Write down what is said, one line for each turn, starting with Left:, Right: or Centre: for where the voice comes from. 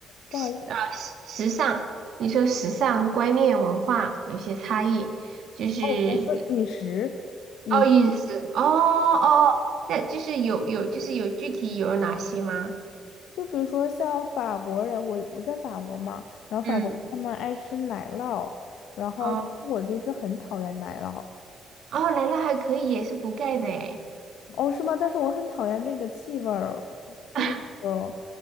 Left: 不好意思，
Right: 时啊时时尚，你说时尚观念文化有些差异，就是。
Left: 哦，我说饮食，饮食。
Right: 哦，饮食，哦哦，那就是有有就是有具体有哪些吗？
Left: 就比如说像法国人，我我在法国嘛，然后法国他们爱吃奶酪，
Right: 嗯
Left: 然后但是我就是很讨厌奶酪。
Right: 哦哦，奶酪还可以，也是补钙的诶。
Left: 哦，是吗？但是我很讨厌那个气味儿，就是那种
Right: <laughs>